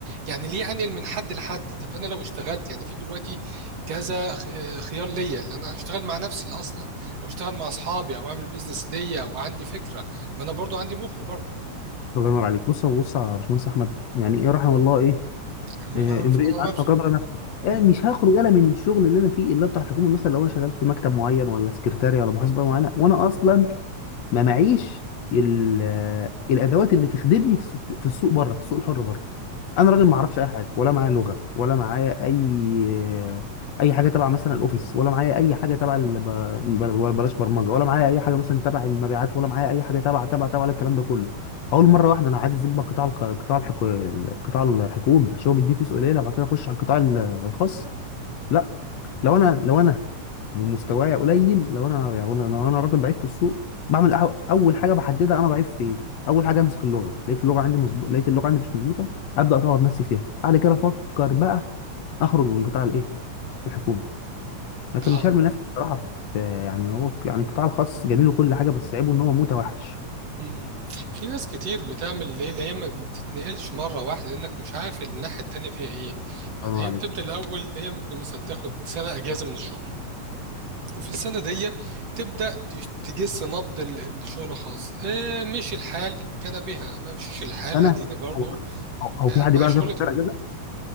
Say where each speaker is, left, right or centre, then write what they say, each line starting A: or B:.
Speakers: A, on the right; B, on the left.
A: يعني ليه انقل من حد لحد طب انا لو اشتغلت يعني في دلوقتي كذا خ- خيار ليا اللي انا اشتغل مع نفسي اصلا او اشتغل مع اصحابي او اعمل بيزنس ليا او عندي فكره ما انا برضو عندي مخ برضو
B: الله ينور عليك بص هو بص يا باشمهندس احمد يعني ايه رحم الله ايه
A: امرين
B: آه،
A: عارف
B: امرئة
A: قدر
B: عارفة
A: نفسه
B: قدر نفسه آه،
A: مم.
B: مش هخرج انا من الشغل اللي انا فيه اللي هو بتاع الحكومة مثلا لو انا شغال في مكتب معين ولا سكرتاري ولا محاسبة معينة وانا اصلا ما معيش ال- آه، الادوات اللي تخدمني في السوق في السوق بره في السوق الحر بره انا
A: مم.
B: راجل ما اعرفش اي حاجه ولا معايا لغه ولا معايا اي اي حاجه تبع مثلا الاوفيس ولا معايا اي حاجه تبع ال... ب... بل- ولا بلاش برمجه ولا معايا اي حاجه مثلا تبع المبيعات ولا معايا اي حاجه تبع تبع تبع ولا الكلام ده كله اول مره واحده انا عايز اسيب بقى قطاع الخ... قطاع الحكو... القطاع الحكومي عشان هو بيديه فلوس قليله بعد كده اخش على القطاع الخاص لا لو انا لو انا ومستوايا قليل لو انا يعني لو انا راجل ضعيف في السوق بعمل أح- اول حاجه بحددها انا ضعيف في ايه اول حاجه امسك اللغه لقيت اللغه عندي مظبوط لقيت اللغه عندي مش مظبوطه ابدا اطور نفسي فيها بعد كده افكر بقى اخرج من قطاع الايه الحكومي لكن
A: اه
B: مش هرمي نفسي بصراحه في يعني هو ك- يعني القطاع الخاص جميل وكل حاجه بس عيبه ان هو متوحش
A: مم. في ناس كتير بتعمل ليه اللي هي ما بتتنقلش مره واحده لانك مش عارف الناحيه التانيه فيها ايه
B: الله ينور
A: هي
B: عليك
A: بتبدأ الأول اللي هي ممكن مثلا تاخد سنة أجازة من الشغل وفي السنة دي تبدأ ت- تجس نبض ال- الشغل الخاص آه، مشي الحال كان بها ما مشيش الحال
B: انا
A: أديني برضو
B: او او أو
A: آه،
B: في حد
A: مع
B: بيعرف
A: شغلته
B: ياخد فرق كده